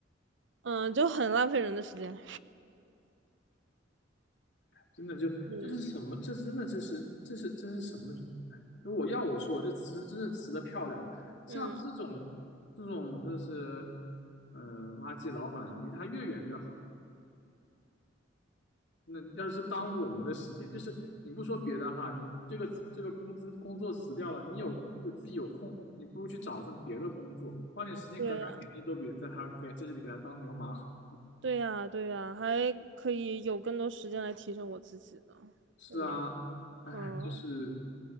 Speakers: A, on the right; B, on the left.
A: 嗯，就很浪费人的时间，
B: 真的就这是什么？
A: 嗯
B: 这真的这是这是这是什么人？哎，如果要我说，这词真的词的漂亮，像这种这种就是，
A: 嗯，
B: 呃，垃圾老板啊，离他越远越好。那要是耽误我们的时间，就是你不说别的哈，你这个这个工资工作辞掉了，你有空有自己有空，你不如去找份别的工作，花点时间改改简历，
A: 对啊。
B: 都比在他给在这里给他当牛马好。
A: 对呀，对呀，还可以有更多时间来提升我自己呢，
B: 是啊，
A: 对吧？
B: 哎，
A: 嗯
B: 就是。